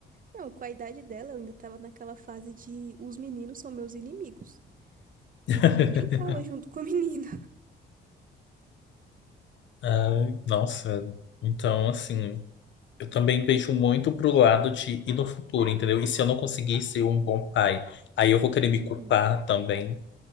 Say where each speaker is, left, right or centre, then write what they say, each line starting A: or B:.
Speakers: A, on the right; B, on the left.
A: Não, com a idade dela eu ainda tava naquela fase de os meninos são meus inimigos. Não,
B: <laughs>
A: nem brincava junto com a menina.
B: Ai, nossa, então assim, eu também vejo muito pro lado de ir no futuro, entendeu? E se eu não conseguir ser um bom pai, aí eu vou querer me
A: Uhum.
B: culpar também.